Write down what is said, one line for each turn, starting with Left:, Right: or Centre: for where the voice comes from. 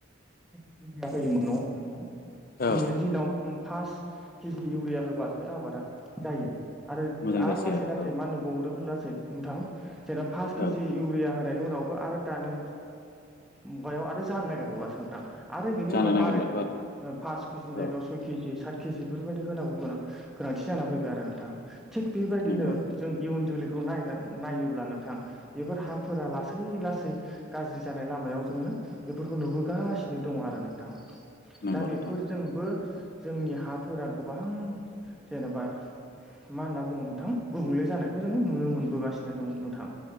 Centre: इउरिया होयोमोन नङा होमबा नोंथां? दिनैनि
Left: औ
Centre: दिनाव ओ फास केजि इउरिया होबासो आबादा जायो। आरो
Left: मोजां
Centre: - आरो
Left: जासै
Centre: लासै - लासै
Left: औ
Centre: मा नुबावदों लासै नोंथां जेनब पास केजि
Left: औ
Centre: इउरिया होनायनि उनावबो आरो दानि मुगायाव आरो जानो नागिरबावलासो नोंथां। आरो बेनि उनाव
Left: जानो
Centre: बारायबाव
Left: नागिरलाथ'
Centre: फास किजनि
Left: आरो
Centre: जायगायाव
Left: औ
Centre: सय केजि सात केजि बेफोरबायदि होनांगौ गोनां गोनांथि जाना फैबाय आरो नोंथाङा। थिग बेबायदिनो
Left: नंगौ नंगौ
Centre: जों इयुन जोलैखौ नायना नायोब्ला नोंथां बेफोर हाफोरा लासै लासै गाज्रि जानाय लामायाव जोङो बेफोरखौ नुबोगासिनो दङ आरो नोंथाङा
Left: नंगौ
Centre: दा बेफोरजोंबो
Left: नोंथां
Centre: जोंनि हाफोरा गोबां जेनेबा मा होनना बुङो नोंथां गुबुंले जानायखौ जों नुनो मोनबोगासिनो दं थां